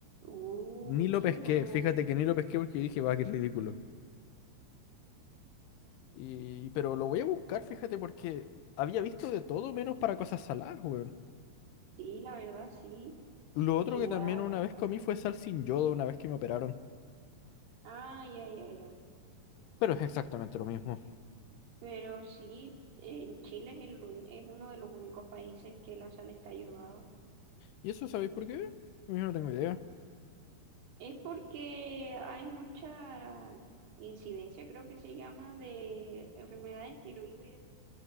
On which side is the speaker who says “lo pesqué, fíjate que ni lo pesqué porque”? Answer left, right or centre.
Left